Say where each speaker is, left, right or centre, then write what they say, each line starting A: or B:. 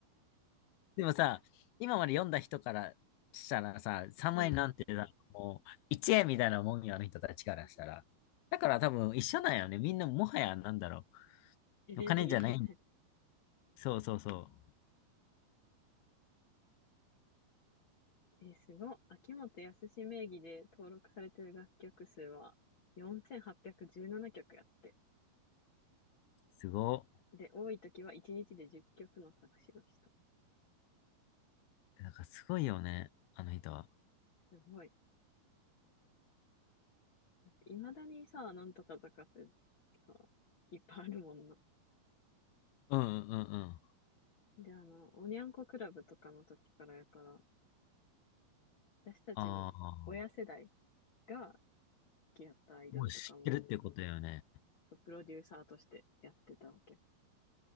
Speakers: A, on the left; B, on the left.
A: でもさ、今まで読んだ人からしたらさ、3万円なんてさ、
B: うん。
A: もう1円みたいなもんよ、あの人たちからしたら。
B: うん
A: だから多分一緒なんよね。みんなもはやなんだろ
B: 慈善事業みたい。
A: う。お金じゃない。そうそうそう。
B: えーすごい。秋元康名義で登録されてる楽曲数は4817曲やって。
A: すご。
B: で、多い時は1日で10曲の作詞をした。
A: なんかすごいよね、あの人は。
B: すごい。だって未だにさ、なんとか坂ってさ、いっぱいあるもんな。
A: うんうんうんうん。
B: で、あの、おにゃんこクラブとかの時からやから、私たちの親世代
A: ああ、
B: が好きやったアイドルとかも、
A: もう知ってるってことだよね。
B: そうプロデューサーとしてやってたわけ